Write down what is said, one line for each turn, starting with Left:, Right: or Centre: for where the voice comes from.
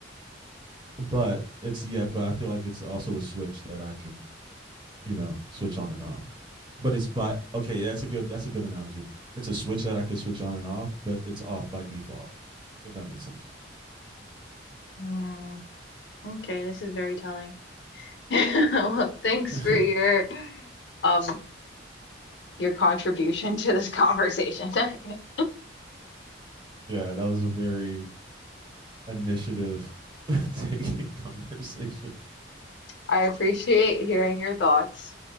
Right: But it's yeah, but I feel like it's also a switch that I can, you know, switch on and off. But it's by okay, that's a good that's a good analogy. It's a switch that I could switch on and off, but it's off by default, if that makes sense.
Left: Mm, okay, this is very telling. <laughs> Well, thanks
Right: <laughs>
Left: for your um your contribution to this conversation. <laughs>
Right: yeah, that was a very initiative <laughs> taking conversation.
Left: I appreciate hearing your thoughts.